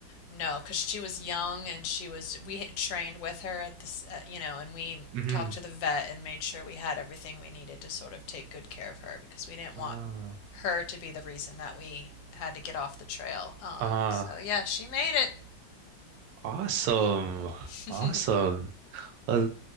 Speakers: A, on the left; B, on the right.
A: No, because she was young and she was, we had trained with her at this, uh, you know, and we
B: Mm-hmm.
A: talked to the vet and made sure we had everything we needed to sort of take good care of her because we didn't
B: Wow.
A: want her to be the reason that we had to get off the trail. Um,
B: Uh,
A: so yeah, she made it.
B: awesome.
A: <laughs>
B: Awesome. Well,